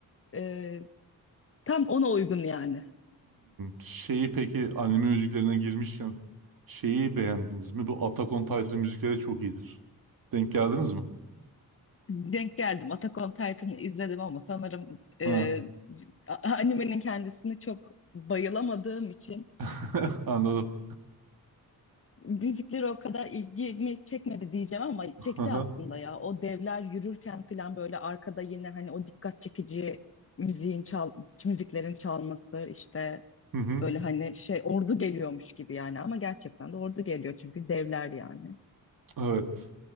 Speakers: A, on the left; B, on the right.
A: e, tam ona uygun yani.
B: Şeyi peki anime müziklerine girmişken şeyi beğendiniz mi? Bu Attack on Titan müzikleri çok iyidir. Denk geldiniz mi?
A: Denk geldim. Attack on Titan'ı izledim ama sanırım e,
B: Ha.
A: a- animenin kendisini çok bayılamadığım için
B: <laughs> Anladım.
A: Müzikleri o kadar ilgimi çekmedi diyeceğim ama çekti
B: Hı hı.
A: aslında ya. O devler yürürken falan böyle arkada yine hani o dikkat çekici müziğin çal müziklerin çalması işte
B: Hı
A: böyle hani şey ordu geliyormuş gibi yani ama gerçekten de ordu geliyor çünkü devler yani.
B: Evet.